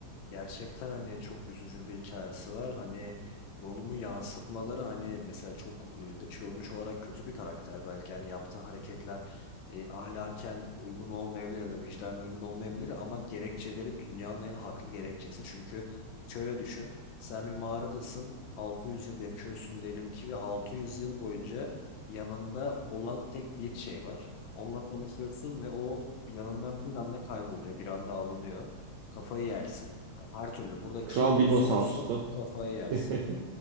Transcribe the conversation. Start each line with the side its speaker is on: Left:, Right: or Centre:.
Left: gerçekten hani çok üzücü bir hikayesi var. Hani Gollum'u yansıtmaları hani mesela çok e, dış görünüş olarak kötü bir karakter. Belki hani yaptığı hareketler e, ahlaken uygun olmayabilir ya da vicdanen uygun olmayabilir ama gerekçeleri dünyanın en haklı gerekçesi. Çünkü şöyle düşün. Sen bir mağaradasın, 600 yıl yaşıyorsun diyelim ki ve 600 yıl boyunca yanında olan tek bir şey var. Onunla tanışıyorsun ve o yanından bir anda kayboluyor, bir anda alınıyor. Kafayı yersin. Hani her türlü burada
Right: Kral
Left: kim olursa
Right: Bilbo sağ
Left: olsun
Right: olsun.
Left: kafayı yersin.
Right: <laughs>